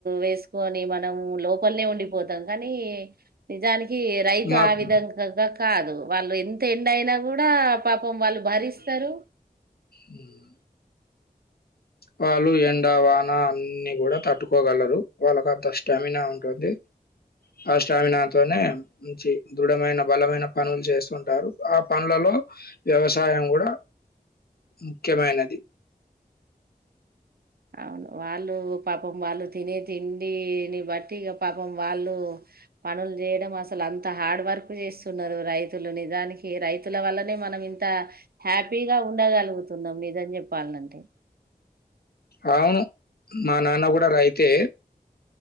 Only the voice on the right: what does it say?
వేసుకొని మనం లోపలనే ఉండిపోతాం కానీ నిజానికి కి రైతు
ఆ విధంగాగా కాదు వాళ్ళు ఎంత ఎండ అయినా కూడా పాపం వాళ్ళు భరిస్తారు
అవును వాళ్ళు పాపం వాళ్ళు తినే తిండిని బట్టి ఇగ పాపం వాళ్ళు పనులు చేయడం అసలు అంత హార్డ్ వర్క్ చేస్తున్నారు రైతులు నిజానికి రైతుల వల్లనే మనం ఇంత హ్యాపీగా ఉండగలుగుతున్నాం నిజం చెప్పాలంటే